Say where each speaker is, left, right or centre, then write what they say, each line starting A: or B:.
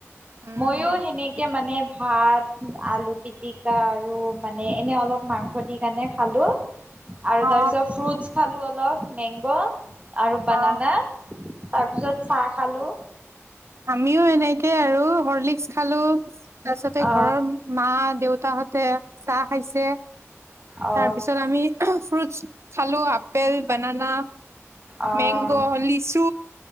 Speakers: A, on the right; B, on the right.
A: উম
B: ময়ো সেনেকে মানে- ভাত আলু পিটিকা আৰু মানে এনে অলপ মাংস দি কাৰণে খালোঁ- আৰু
A: অ
B: তাৰপিছত ফ্ৰুটচ খালোঁ অলপ মেংগ আৰু বানানা
A: অ
B: তাৰপিছত চাহ খালোঁ।
A: আমিয়ো এনেকে আৰু। হৰ্লিক্স খালোঁ, তাৰ পিছতে
B: অ
A: ঘৰৰ মা দেউতাহত তে চাহ খাইছে।
B: অ
A: তাৰ পিছত আমি ফ্ৰুটচ খালোঁ আপেল, বানানা।
B: অ'
A: মেংগ লিচু